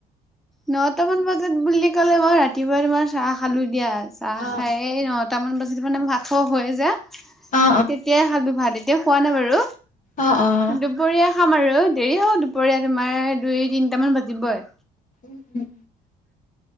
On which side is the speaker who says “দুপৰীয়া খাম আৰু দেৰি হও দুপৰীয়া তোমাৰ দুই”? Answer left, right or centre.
Centre